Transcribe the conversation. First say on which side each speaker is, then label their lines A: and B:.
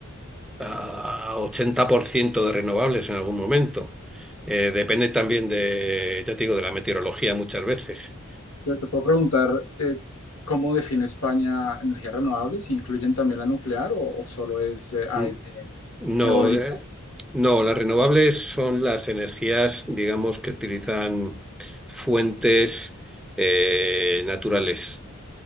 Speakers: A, in the centre; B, on the left.
A: a, a 80% de renovables en algún momento. Eh, depende también de, ya te digo, de la meteorología muchas veces.
B: Te te puedo preguntar, eh, ¿cómo define España energías renovables? ¿Incluyen también la nuclear o, o solo es eh, ai-
A: Mm,
B: eh,
A: No,
B: eólica?
A: eh, no, las renovables son las energías, digamos, que utilizan fuentes eh, naturales